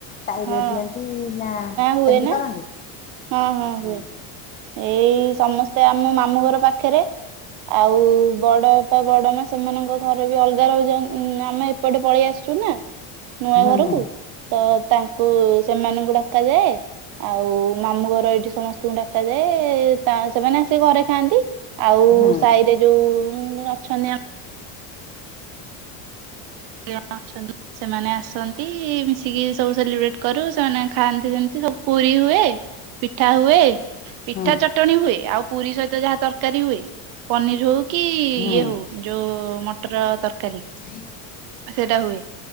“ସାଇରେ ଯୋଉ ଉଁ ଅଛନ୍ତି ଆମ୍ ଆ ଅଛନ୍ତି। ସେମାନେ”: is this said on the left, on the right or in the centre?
Right